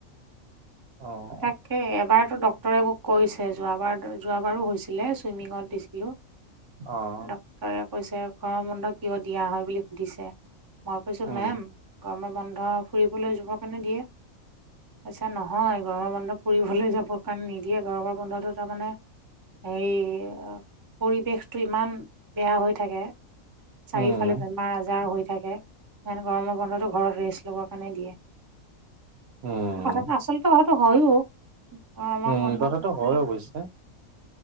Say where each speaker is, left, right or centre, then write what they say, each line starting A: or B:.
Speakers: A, on the right (about 60°); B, on the right (about 35°).
A: অ'।
B: তাকে এবাৰতো ডক্টৰে মোক কৈছে যোৱাবাৰ যোৱাবাৰো হৈছিলে ছুইমিঙত দিছিলোঁ।
A: অ',
B: ডক্তৰে কৈছে গৰমৰ বন্ধ কিয় দিয়া হয় বুলি সুধিছে। মই কৈছো
A: উম,
B: মেম গৰমৰ বন্ধ ফুৰিবলৈ যোৱাৰ কাৰণে দিয়ে। কৈছে নহয়। গৰমৰ বন্ধ ফুৰিবলৈ যাবৰ কাৰণে নিদিয়ে গৰমৰ বন্ধটো তাৰমানে হেৰি ই ই ই এ এ এ আ পৰিৱেশটো ইমান বেয়া হৈ থাকে চাৰিওফালে
A: উম,
B: বেমাৰ-আজাৰ হৈ থাকে। সেইকাৰণে গৰমৰ বন্ধটো ঘৰত ৰেষ্ট লবৰ কাৰণে দিয়ে
A: উম।
B: কথাটো আচল এইটো হয়ও অ আমাৰ
A: উম
B: বন্ধত
A: কথাটো
B: মানে
A: হয় অৱশ্যে